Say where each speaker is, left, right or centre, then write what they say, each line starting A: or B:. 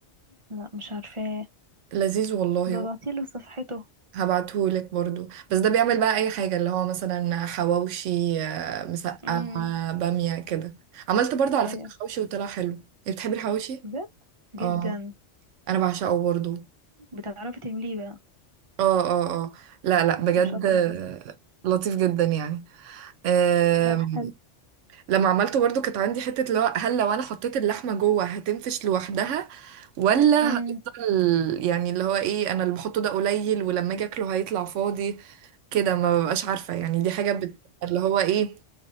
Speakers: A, on the right; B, on the right.
A: لا مش عارفاه
B: لذيذ والله
A: ببعتيله صفحته
B: هبعتهولك برضو بس ده بيعمل بقى اي حاجة اللي هو مثلا حواوشي آه، مسقعة
A: امم
B: بامية كده عملت برضو على
A: ايوه
B: فكرة حواوشي وطلع حلو إيه، بتحبي الحواوشي؟
A: بجد جدا
B: اه انا بعشقه برضو
A: بتعرفي تعمليه بقى
B: اه اه اه لا لا بجد
A: طب شاطرة
B: آه، لطيف جدا يعني آه،
A: لا حلو
B: لما عملته برضو كانت عندي حتة اللي هو هل لو انا حطيت اللحمة جوه هتنفش لوحدها ولا
A: امم
B: هتفضل يعني اللي هو ايه انا اللي بحطه ده قليل ولما اجي اكله هيطلع فاضي كده ما ببقاش عارفة يعني دي حاجة بت... اللي هو ايه